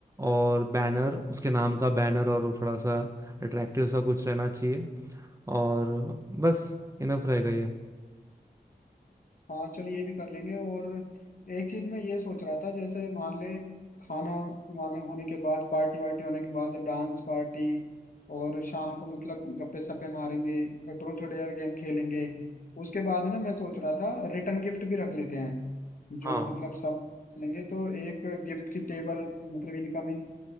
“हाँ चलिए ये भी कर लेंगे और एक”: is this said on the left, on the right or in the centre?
Left